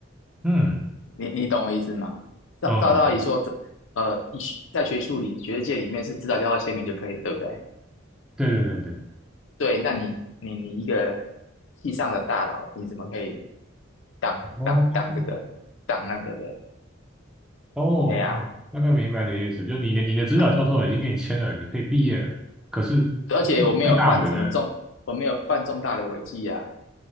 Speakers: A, in the centre; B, on the left.
A: 嗯
B: 你你懂我意思吗？照照道理说，
A: 嗯，
B: 这呃，你学在学术里、学术界里面是指导教授签名就可以了，对不对？
A: 对对对对，
B: 对，那你你你一个系上的大佬，你怎么可以挡挡挡这个挡那个的？
A: 哦哦，
B: 哎呀，
A: 哦大概明白你的意思，就是你的你的指导教授已经给你签了，
B: 那
A: 你可以毕业了，可是
B: 而且我没有犯什么重，
A: 最大伟的，
B: 我没有犯重大的违纪啊，